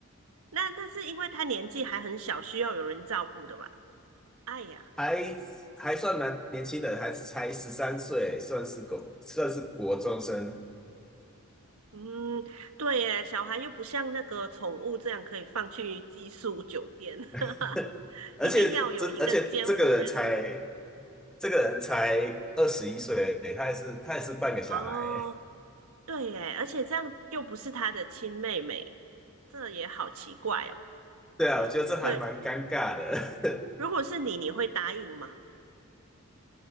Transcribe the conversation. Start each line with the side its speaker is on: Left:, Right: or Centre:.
Right: 那但是因为他年纪还很小，需要有人照顾的吧？哎呀，
Centre: <laughs> 还还算蛮年轻的，还才十三岁，算是狗，算是国中生，
Right: 嗯，对耶，小孩又不像那个宠物这样可以放去寄宿酒店，<laughs>
Centre: <laughs> 而且这而且这个人才
Right: 一定要有一个监护人。
Centre: 这个人才二十一岁而已他也是他也是半个小孩，
Right: 哦，对耶，而且这样又不是他的亲妹妹，这也好奇怪哦。
Centre: <laughs> 对啊，我觉得这还蛮尴尬的，
Right: 对，
Centre: <laughs>
Right: 如果是你，你会答应吗？